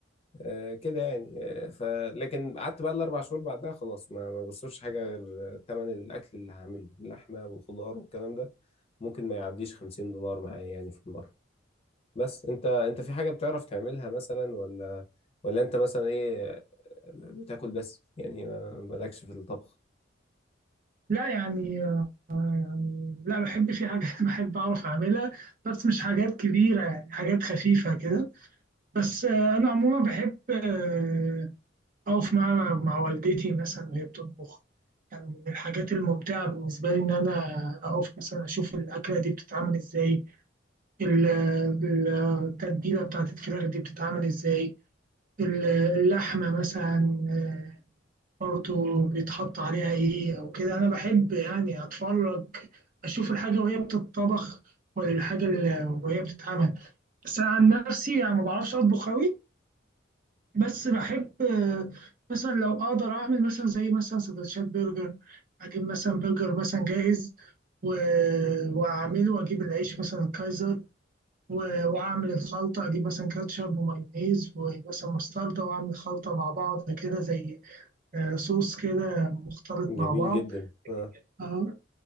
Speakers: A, on the left; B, on the right.
A: آه، كده يعني آه، ف لكن قعدت بقى الاربع شهور بعدها خلاص ما ما بصرفش حاجه غير ثمن الاكل اللي هعمله اللحمه والخضار والكلام ده ممكن ما يعديش 50 دينار معايا يعني في المره بس انت انت في حاجه بتعرف تعملها مثلا ولا ولا انت مثلا ايه آه، بتاكل بس يعني ما- مالكش في الطبخ
B: لا يعني يعني لا بحب في حاجات <laughs> بحب أعرف أعملها بس مش حاجات كبيرة يعني حاجات خفيفة كده بس آه، انا عموما بحب آه، اقف مع مع والدتي مثلا وهي بتطبخ يعني من الحاجات الممتعه بالنسبه لي ان انا اقف مثلا اشوف الاكله دي بتتعمل ازاي ال- ال- التتبيله بتاعت الفراخ دي بتتعمل ازاي ال- اللحمه مثلا آه، برضه بيتحط عليها ايه او كده انا بحب يعني اتفرج اشوف الحاجه وهي بتتطبخ ولا الحاجه اللي وهي بتتعمل بس انا عن نفسي يعني ما بعرفش اطبخ قوي بس بحب آه، مثلا لو اقدر اعمل مثلا زي مثلا سندوتشات برجر اجيب مثلا برجر مثلا جاهز و... واعمله واجيب العيش مثلا كايزر و... واعمل الخلطه اجيب مثلا كاتشب ومايونيز ومثلا مستردة واعمل خلطه مع بعض كده زي آه، صوص كده مختلط
A: جميل
B: مع بعض
A: جدا اه
B: اه